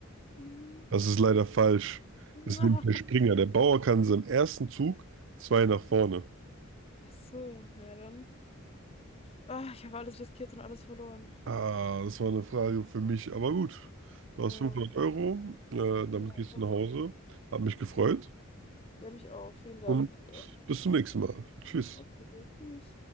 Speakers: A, on the left; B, on the right.
A: Hm.
B: Das ist leider falsch. Das
A: Na,
B: nimmt der Springer. Der Bauer kann in seinem ersten Zug zwei nach vorne.
A: Ach so, ja dann. Ah, ich habe alles riskiert und alles verloren.
B: Ah, das war eine Frage für mich, aber gut. Du
A: ja,
B: hast 500 Euro, äh, damit
A: ja,
B: gehst
A: immerhin.
B: du nach Hause. Hab mich gefreut
A: Ja, mich auch. Vielen Dank.
B: und
A: Ja,
B: bis zum nächsten Mal. Tschüss.
A: Okay, tschüss.